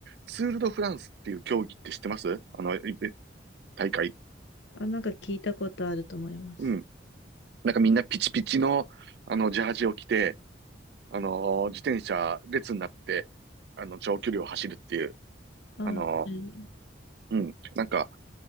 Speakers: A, on the right (about 60°); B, on the left (about 75°).
A: ツール・ド・フランスっていう競技って知ってますあの、イベ大会。
B: あ、なんか聞いたことあると思います。
A: うん。なんかみんなピチピチの、あの、ジャージを着て、あの、自転車列になって、あの、長距離を走るっていう、
B: あ、
A: あの、
B: はい。
A: うん。なんか、